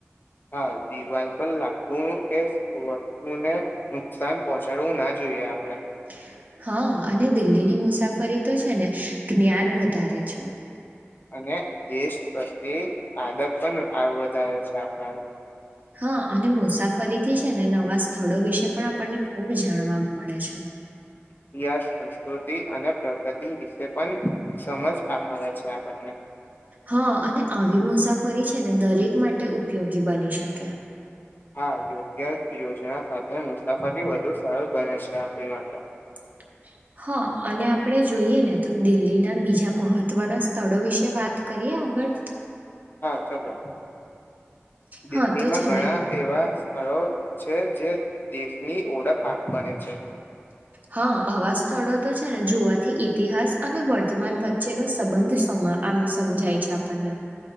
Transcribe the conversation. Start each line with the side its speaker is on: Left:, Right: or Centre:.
Left: હા દિવાલ પર લાકડું કે વસ્તુને નુકસાન પહોંચાડવું ના જોઈએ આપડે.
Right: <inaudible> હા, અને દિલ્હીની મુસાફરી તો છે ને જ્ઞાન વધારે છે.
Left: અને દેશ પ્રત્યે આદર પણ આહ વધારે છે આપણાનું.
Right: હા અને મુસાફરી થી છે ને નવા સ્થળો વિશે પણ આપણને ખુબ જાણવા મળે છે. <inaudible>
Left: ઇતિહાસ, સંસ્કૃતિ અને પ્રગતિ વિશે પણ સમજ આપ મલે છે આપણને.
Right: હા અને આવી મુસાફરી છે ને દરેક માટે ઉપયોગી બની શકે.
Left: હા યોગ્ય યોજના સાથે મુસાફરી વધુ સરળ બને છે આપણી માટે.
Right: <inaudible> હા અને આપડે જોઈએ ને તો દિલ્હીના બીજા મહત્વના સ્થળો વિશે વાત કરીએ આ આગળ?
Left: હા ચલો. દિલ્હીમાં
Right: હા તો છે
Left: ઘણા
Right: ને
Left: એવા સ્થતો છે જે દેશની ઓળખાણ બને છે.
Right: હા આવા સ્થળો તો છે ને જોવાથી ઈતિહાસ અને વર્તમાન વચ્ચેનો સંબંધ સ મા આમ સમજાય છે આપણને.